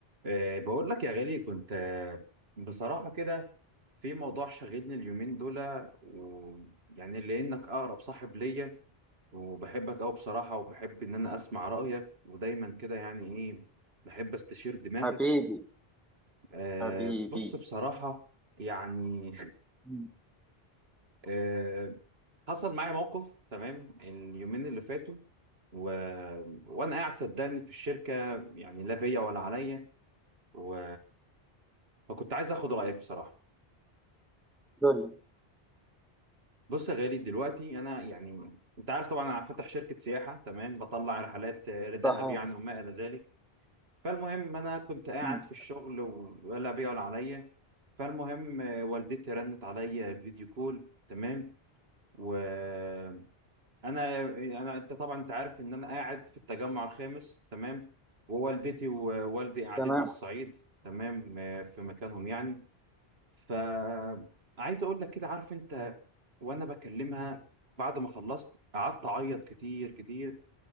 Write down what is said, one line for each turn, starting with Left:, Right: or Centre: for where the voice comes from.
Right: أه بقول لك يا غالي كنت آه، بصراحة كده في موضوع شاغلني اليومين دول ويعني لأنك أقرب صاحب ليا وبحبك أوي بصراحة وبحب إن أنا أسمع رأيك ودايما كده يعني إيه بحب أستشير دماغك
Centre: حبيبي
Right: أه
Centre: حبيبي
Right: بص بصراحة يعني
Centre: مم.
Right: <laughs> أه حصل معايا موقف تمام اليومين اللي فاتوا و... وأنا قاعد صدقني في الشركة يعني لا بيا ولا عليا و... فكنت عايز اخد رايك بصراحه
Centre: قول لي
Right: بص يا غالي دلوقتي انا يعني انت عارف طبعا انا فاتح شركه سياحه تمام بطلع رحلات آه، لدهب
Centre: صحيح
Right: يعني وما الى ذلك فالمهم انا كنت قاعد
Centre: مم.
Right: في الشغل و- ولا بيا ولا عليا فالمهم آه، والدتي رنت عليا فيديو كول تمام وانا انا أنا- انت طبعا انت عارف ان انا قاعد في التجمع الخامس تمام ووالدتي ووالدي قاعدين
Centre: تمام
Right: في الصعيد تمام آه، في مكانهم يعني فعايز اقول لك كده عارف انت وانا بكلمها بعد ما خلصت قعدت اعيط كتير كتير